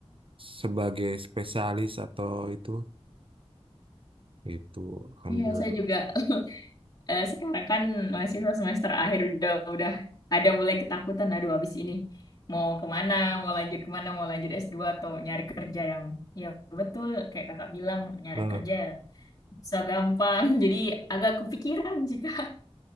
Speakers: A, on the right; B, on the left.
A: sebagai spesialis atau itu itu ambil
B: Iya, saya juga <laughs> eh, sekarang kan mahasiswa semester akhir udah udah ada mulai ketakutan. Aduh, habis ini mau kemana, mau lanjut kemana, mau lanjut S2 atau nyari kerja yang ya betul kayak kakak bilang nyari
A: Nah,
B: kerja susah gampang. <laughs> Jadi agak kepikiran sih Kak.